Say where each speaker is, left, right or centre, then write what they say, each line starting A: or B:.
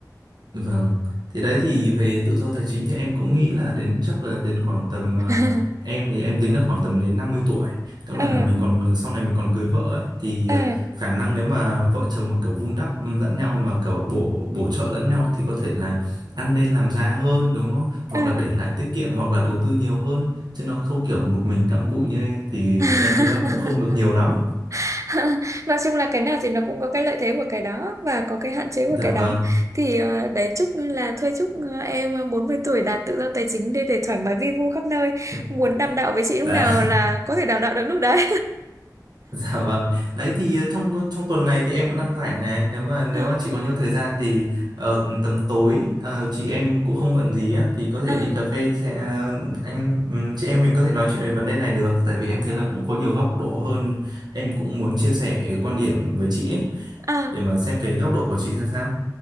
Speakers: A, on the right (about 75°); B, on the right (about 45°).
A: Vâng, thì đấy thì về tự do tài chính thì em cũng nghĩ là đến chắc là đến khoảng tầm
B: <laughs>
A: à, em thì em tính là khoảng tầm đến 50 tuổi. Các
B: ờ
A: bạn là mình còn sau này mình còn cưới vợ ấy thì
B: ờ
A: à, khả năng nếu mà vợ chồng mà kiểu vun đắp lẫn nhau mà kiểu bổ bổ trợ lẫn nhau thì có thể là ăn nên làm ra hơn đúng không? Hoặc
B: ờ
A: là để lại tiết kiệm hoặc là đầu tư nhiều hơn chứ nó không kiểu một mình cặm cụi như em thì
B: à.
A: em thấy là cũng không được nhiều
B: <laughs>
A: lắm.
B: <laughs> nói chung là cái nào thì nó cũng có cái lợi thế của cái đó và có cái hạn chế
A: Dạ
B: của cái
A: vâng.
B: đó thì ờ, đấy chúc là thôi chúc ờ, em ờ, 40 tuổi đạt tự do tài chính để để thoải mái vi vu khắp nơi
A: <laughs>
B: muốn đàm đạo với chị lúc
A: Dạ.
B: nào là có thể đàm đạo được lúc đấy
A: <laughs> Dạ vâng. Đấy thì ờ, trong ờ, trong tuần này thì em cũng đang rảnh này. Nếu mà nếu
B: <laughs> à,
A: mà chị có nhiều thời gian thì ờ, tầm tối ờ, chị em cũng không bận gì á thì có thể
B: à,
A: đi cà phê chị- ờ, anh ừm, chị em mình có thể nói chuyện về vấn đề này được. Tại vì em thấy là cũng có nhiều góc độ hơn. Em cũng muốn chia sẻ quan điểm với chị ấy,
B: à.
A: để mà xem cái góc độ của chị ra sao.